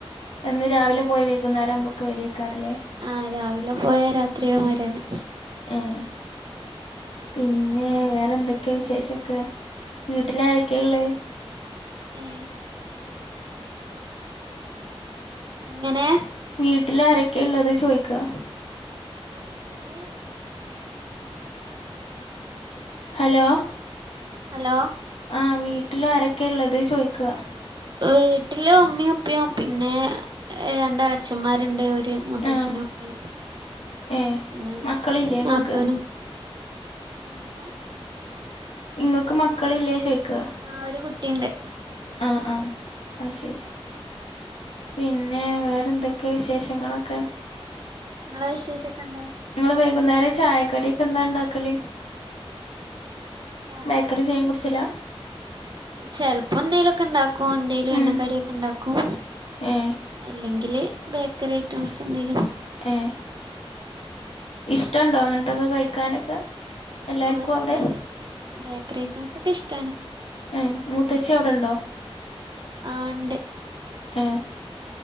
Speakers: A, on the left (about 80°); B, on the right (about 45°).
A: എന്നും രാവിലെ പോയി വൈകുന്നേരം ആവുമ്പോയക്ക് വരേക്കാരല്ലേ.
B: ആഹ് രാവിലെ പോയാ രാത്രിയാവും വരാന്.
A: ഏഹ് പിന്നെ വേറെ എന്തൊക്കെയ വിശേഷൊക്കെ? വീട്ടിലാരൊക്കെള്ളെ?
B: ഏഹ് എങ്ങനേ?
A: വീട്ടിലാരൊക്കെ ള്ളത് ചോയിക്ക.
B: മ് തിന്നു
A: ഹലോ
B: ഹലോ
A: ആഹ് വീട്ടിലാരൊക്കെ ള്ളത് ചോയ്ക്ക.
B: വീട്ടില് ഉമ്മ്യും ഉപ്പ്യും പിന്നെ രണ്ട് എളച്ചന്മാരുണ്ട് ഒര് മൂത്തച്ഛനൂണ്ട്
A: ആ ഏ
B: പിന്നെ
A: മക്കളില്ലേ ഇങ്ങക്ക്
B: നാത്തൂനും. എങ്ങനെ
A: ഇങ്ങക്ക് മക്കളില്ലേ ചോയിക്ക.
B: ആഹ് ഒരു കുട്ടിണ്ട്
A: ആ ആ അഹ് ശരി പിന്നെ വേറെ എന്തൊക്കെ വിശേഷങ്ങളൊക്കെ
B: ഇങ്ങള വിഷേശോക്കെ എന്താ
A: നിങ്ങള് വൈകുന്നേരം ചായക്കടി ഒക്കെ എന്താ ഉണ്ടാക്കല്
B: ചായക്കടി
A: ബേക്കറി ചായ കുടിച്ചലാ
B: ചെലപ്പോ എന്തങ്കിലൊക്കെ ഇണ്ടാക്കും എന്തേലും
A: ഉം
B: എണ്ണ ക്കടിയൊക്കെ കടി ഒക്കെ ഉണ്ടാക്കും
A: ഏ
B: അല്ലെങ്കില് ബേക്കറി ഐറ്റംസ് എന്തെലും
A: ഏഹ് ഇഷ്ടണ്ടോ അങ്ങനത്തൊക്കെ കഴിക്കാനൊക്കെ എല്ലാർക്കും
B: ഓഹ് ഇഷ്ടാണ്
A: അവിടെ
B: ബേക്കറി ഐറ്റംസ് ഒക്കെ ഇഷ്ടാണ്
A: ഏഹ് മൂത്തച്ചി അവിടെണ്ടോ
B: ആഹ് ഇണ്ട്
A: ഏ